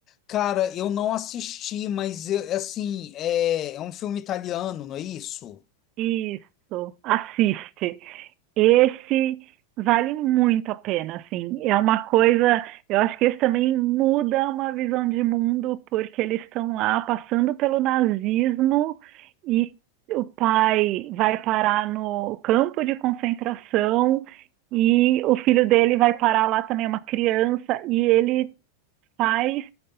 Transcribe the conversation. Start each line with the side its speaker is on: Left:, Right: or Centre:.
Left: Cara, eu não assisti, mas eu- assim, é, é um filme italiano, não é isso?
Right: Isso, assiste. Esse vale muito a pena, assim. É uma coisa, eu acho que esse também muda uma visão de mundo, porque eles estão lá passando pelo nazismo e o pai vai parar no campo de concentração e o filho dele vai parar lá também, é uma criança, e ele faz,